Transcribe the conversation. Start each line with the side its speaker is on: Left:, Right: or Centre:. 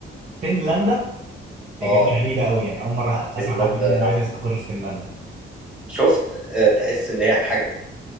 Right: فنلندا اجابه
Centre: اه
Right: غريبه قوي يعني اول مره
Centre: فنلندا
Right: اسمع حد يقول انه عايز يستقر في فنلندا
Centre: شفت آه تحس ان هي حاجة